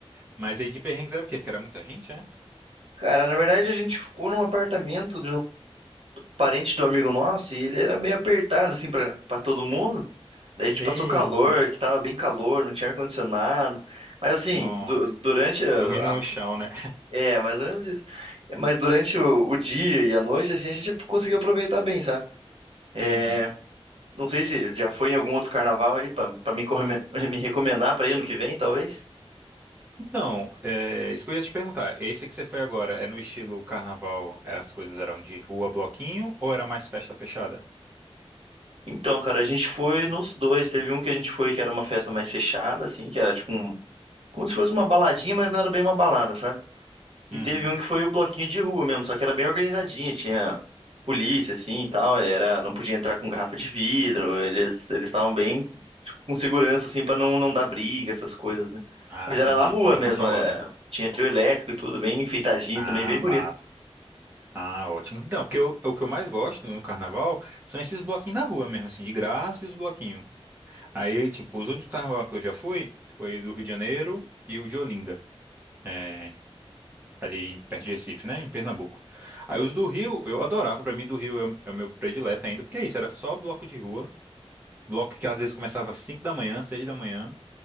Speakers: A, on the right; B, on the right.
A: Mas aí de perrengues era o quê? Porque era muita gente, é?
B: Cara, na verdade a gente ficou num apartamento parente do amigo nosso e ele era meio apertado, assim, pra, pra todo mundo. Daí a gente
A: Ei,
B: passou calor, que tava bem calor, não tinha ar-condicionado. Mas assim,
A: nossa.
B: du- durante a,
A: Dormindo no
B: a-
A: chão, né?
B: É, mais ou menos isso. Mas durante o, o dia e a noite, assim, a gente conseguiu aproveitar bem, sabe? É,
A: Uhum.
B: não sei se já foi em algum outro carnaval aí pra, pra me, correme- <laughs> me recomendar pra ir ano que vem, talvez.
A: Então, é, isso que eu ia te perguntar, esse que você foi agora, é no estilo carnaval, as coisas eram de rua, bloquinho, ou era mais festa fechada?
B: Então, cara, a gente foi nos dois. Teve um que a gente foi que era uma festa mais fechada, assim, que era tipo um, como se fosse uma baladinha, mas não era bem uma balada, sabe? E
A: Uhum.
B: teve um que foi o bloquinho de rua mesmo, só que era bem organizadinho, tinha polícia assim e tal, era, não podia entrar com garrafa de vidro, eles eles estavam bem tipo, com segurança assim para não não dar briga, essas coisas, né?
A: Ah,
B: Mas
A: entendi.
B: era na rua
A: Bem
B: mesmo,
A: controlado,
B: é,
A: né?
B: tinha trio elétrico e tudo, bem enfeitadinho
A: Ah,
B: também, bem bonito.
A: massa. Ah, ótimo. Então, porque eu- o que eu mais gosto no carnaval são esses bloquinhos na rua mesmo, assim, de graça e os bloquinhos. Aí, tipo, os únicos carnaval que eu já fui foi do Rio de Janeiro e o de Olinda, é, ali perto de Recife, né, em Pernambuco. Aí os do Rio, eu adorava, pra mim do Rio é o, é o meu predileto ainda, porque é isso, era só bloco de rua, bloco que às vezes começava às 5 da manhã, 6 da manhã,